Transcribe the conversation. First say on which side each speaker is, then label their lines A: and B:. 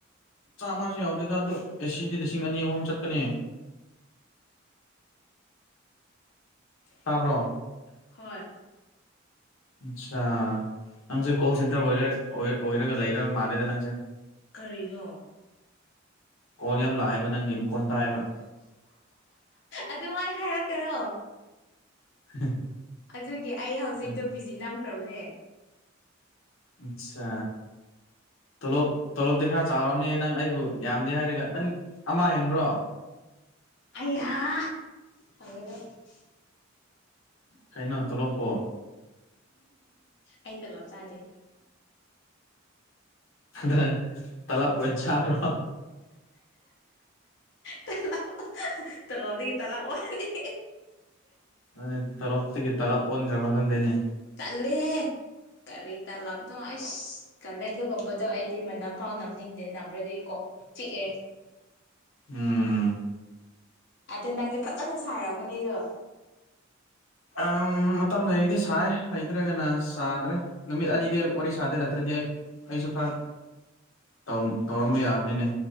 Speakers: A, on the left; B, on the left.
A: ꯆꯥꯝꯃꯁꯨ ꯌꯧꯗꯦꯗ ꯑꯗꯣ ꯑꯦꯁꯤꯗꯤ ꯂꯤꯁꯤꯡ ꯑꯅꯤ ꯑꯍꯨꯝ ꯆꯠꯀꯅꯤ ꯇꯥꯕ꯭ꯔꯣ
B: ꯍꯣꯏ
A: ꯑꯆꯥ ꯅꯪꯖꯦ ꯀꯣꯜ ꯁꯦꯟꯇꯔ ꯑꯣꯏꯔ ꯑꯣꯏꯔ ꯑꯣꯏꯔꯒ ꯂꯩꯔꯕ ꯃꯥꯜꯂꯦꯗ ꯅꯪꯁꯦ
B: ꯀꯔꯤꯅꯣ
A: ꯀꯣꯜ ꯌꯥꯝ ꯂꯥꯛꯑꯦꯕ ꯅꯪꯒꯤ ꯃꯈꯣꯟ ꯇꯥꯏꯑꯕ
B: ꯑꯗꯨꯃꯥꯏ ꯍꯥꯏꯔꯛꯀꯅꯣ
A: <unintelligible>
B: ꯑꯗꯨꯒꯤ ꯑꯩ ꯍꯧꯖꯤꯛꯇꯣ
A: ꯎꯝ
B: ꯕꯤꯖꯤ ꯅꯝꯈ꯭ꯔꯕꯅꯦ
A: ꯑꯆꯥ ꯇꯣꯂꯣꯞ ꯇꯣꯂꯣꯞꯇꯤ ꯈꯔ ꯆꯥꯎꯔꯝꯅꯤ ꯅꯪ ꯑꯩꯕꯨ ꯌꯥꯝꯗꯦ ꯍꯥꯏꯔꯒ ꯅꯪ ꯑꯃ ꯍꯦꯟꯕ꯭ꯔꯣ
B: ꯑꯌꯥ <unintelligible>
A: ꯀꯩꯅꯣ ꯇꯣꯂꯣꯞꯄꯣ
B: ꯑꯩ ꯇꯣꯂꯣꯞ ꯆꯥꯗꯦ
A: <unintelligible> ꯇꯂꯞ ꯑꯣꯏ ꯆꯥꯕ꯭ꯔꯣ
B: ꯇꯂꯞ ꯇꯣꯂꯣꯞꯇꯒꯤ ꯇꯂꯞ ꯑꯣꯜꯂꯤ
A: ꯑꯗꯨ ꯇꯂꯣꯞꯇꯒꯤ ꯇꯂꯞ ꯑꯣꯟꯈ꯭ꯔꯕ ꯈꯪꯗꯦꯅꯦ
B: ꯇꯜꯂꯤꯍꯦ ꯀꯔꯤ ꯇꯂꯞꯇꯣ ꯏꯁ ꯇꯜꯂꯦ ꯑꯗꯨꯒꯨꯝꯕꯗꯣ ꯑꯩꯗꯤ ꯃꯅꯝ ꯐꯥꯎ ꯅꯝꯅꯤꯡꯗꯦ ꯅꯝꯔꯗꯤ ꯑꯩ ꯀꯣꯛ ꯆꯤꯛꯑꯦ
A: ꯎꯝ
B: ꯑꯗꯣ ꯅꯪꯗꯤ ꯐꯖꯅ ꯁꯥꯔꯝꯒꯅꯦꯗꯣ
A: ꯑꯝ ꯃꯇꯝ ꯂꯩꯔꯗꯤ ꯁꯥꯏ ꯂꯩꯇ꯭ꯔꯒꯅ ꯆꯥꯗ꯭ꯔꯦ ꯅꯨꯃꯤꯠ ꯑꯅꯤꯗꯤ ꯋꯥꯔꯤ ꯁꯥꯗꯦ ꯅꯠꯇ꯭ꯔꯗꯤ ꯑꯩ ꯑꯩꯁꯨ ꯈꯔ ꯇ꯭ꯋꯝ ꯇꯧꯔꯝꯕ ꯌꯥꯕꯅꯤꯅꯦ